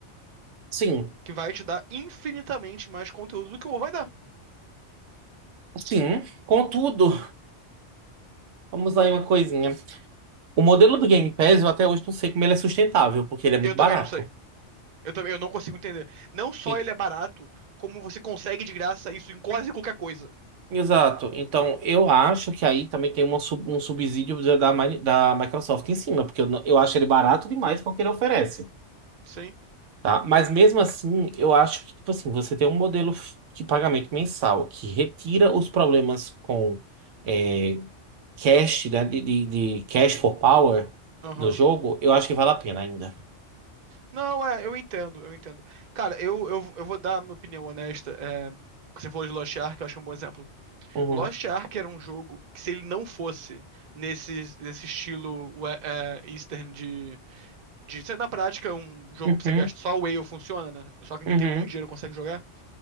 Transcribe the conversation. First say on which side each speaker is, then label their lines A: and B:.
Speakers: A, on the right; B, on the right.
A: Sim.
B: que vai te dar infinitamente mais conteúdo do que o WoW vai dar.
A: Sim. Contudo, vamos lá em uma coisinha. O modelo do Game Pass eu até hoje não sei como ele é sustentável, porque ele é muito
B: Eu também
A: barato.
B: não sei. Eu também, eu não consigo entender. Não só
A: E-
B: ele é barato, como você consegue de graça isso em quase qualquer coisa.
A: Exato. Então, eu acho que aí também tem uma sub- um subsídio da, da Microsoft em cima, porque eu, não- eu acho ele barato demais porque ele oferece.
B: Sim.
A: Tá? Mas mesmo assim, eu acho que, tipo assim, você tem um modelo f- de pagamento mensal que retira os problemas com é, cash, né, de, de, de cash for power
B: Aham.
A: do jogo, eu acho que vale a pena ainda.
B: Não, é, eu entendo, eu entendo. Cara, eu, eu, eu vou dar a minha opinião honesta. É, você falou de Lost Ark, eu acho um bom exemplo.
A: Uhum,
B: Lost Ark era um jogo que, se ele não fosse nesse, nesse estilo we- é, Eastern de, de ser na prática um jogo
A: uhum,
B: pra você gastar, só o Whale funciona, né? Só quem
A: uhum,
B: tem muito dinheiro consegue jogar.